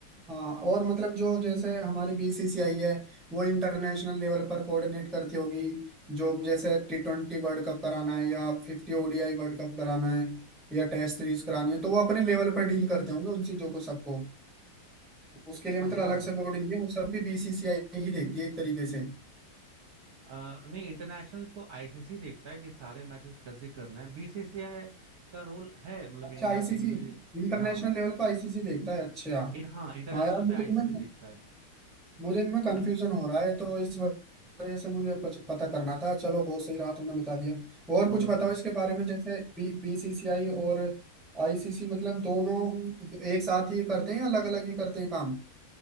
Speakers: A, in the centre; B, on the right.
A: हाँ और मतलब जो जैसे हमारी बीसीसीआई है वो इंटरनेशनल लेवल पर कोऑर्डिनेट करती होगी जो जैसे टी ट्वेंटी वर्ल्ड कप कराना है या fifty ओडीआई world cup कराना है या टेस्ट सीरीज करानी है तो वो अपने लेवल पर डील करते होंगे उन चीजों को सबको उसके लिए
B: हाँ
A: मतलब अलग से बोर्ड नहीं है वो सब भी बीसीसीआई ही देखती है एक तरीके से
B: अ, नहीं इंटरनेशनल तो आईसीसी देखता है कि सारे मैचेस कैसे करना है बीसीसीआई का रोल है मतलब
A: अच्छा
B: इंडिया
A: आईसीसी
B: के जो भी
A: इंटरनेशनल
B: हाँ
A: लेवल पर आईसीसी देखता है अच्छा
B: इन, हाँ इंटरनेशनल
A: हाँ यार मुझे
B: पे आईसीसी
A: इनमें
B: देखता है
A: मुझे इनमें कंफ्यूजन हो रहा है तो इस वजह से मुझे पच- पता करना था चलो बहुत सही रहा तुमने बता दिया और
B: हम्म
A: कुछ बताओ
B: हम्म
A: इसके बारे में जैसे बी बीसीसीआई और आईसीसी मतलब दोनों एक साथ ही करते हैं या अलग अलग ही करते हैं काम